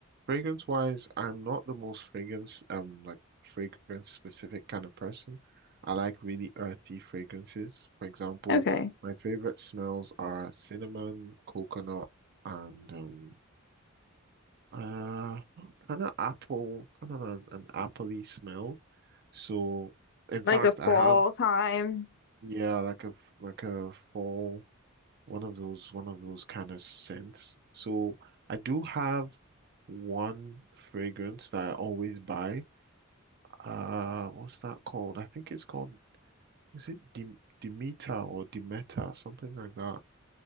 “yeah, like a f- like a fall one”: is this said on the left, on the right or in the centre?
Right